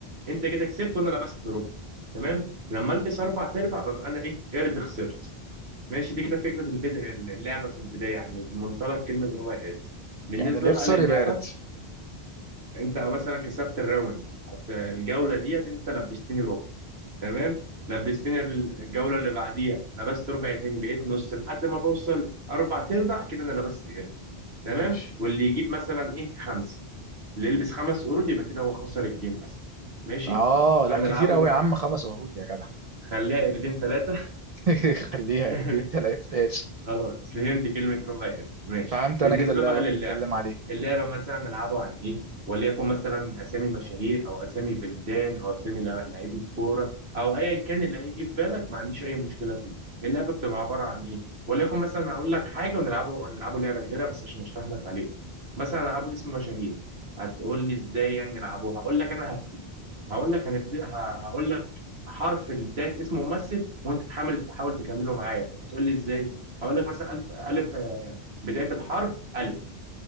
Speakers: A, on the right; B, on the right.
A: انت كده كسبت وانا لبست ربع تمام لما البس اربع تربع ببقى انا ايه قرد خسرت ماشي دي كده فكرة البدء اللعبة في البداية يعني المنطلق كلمة ربع قرد بالنسبة
B: يعني اللي
A: بقى
B: يخسر
A: للعبة
B: يبقى يرد
A: أنت مثلا كسبت الراوند هت- الجولة ديت أنت لبستني ربع تمام لبستني ال- الجولة اللي بعديها لبست ربع تاني بقيت نص لحد ما بوصل أربع أرباع كده أنا لبست قرد تمام
B: ماشي
A: واللي يجيب مثلا إيه خمسة اللي يلبس خمس قرود يبقى كده هو خسر الجيم مثلا ماشي
B: اه لا
A: فهنلعبهم
B: كتير قوي يا عم خمس ورود يا جدع
A: خليها قردين ثلاثة
B: <laughs> خليها
A: <laughs>
B: دي التلاتة ماشي
A: خلاص فهمت كلمة ربع قرد ماشي
B: فهمت
A: بالنسبة
B: انا كده اللعبه
A: بقى للعبة
B: بتتكلم عليه
A: اللعبة مثلا نلعبها عن إيه؟ وليكن مثلا أسامي مشاهير أو أسامي بلدان أو أسامي لع- لعيبة كورة أو أيا كان اللي هيجي في بالك ما عنديش أي مشكلة فيه اللعبة بتبقى عبارة عن إيه؟ وليكن مثلا أقول لك حاجة ونلعبه نلعبه لعبة غيرها بس عشان أشرح لك عليها مثلا ألعبه اسم مشاهير هتقول لي إزاي يعني نلعبوها هقول لك أنا هبتدي هقول لك هنبدأ ه- هقول لك حرف بداية اسم ممثل وأنت تحاول تحاول تكمله معايا هتقول لي إزاي؟ هقول لك مثلا ألف ألف آه، بداية الحرف ألف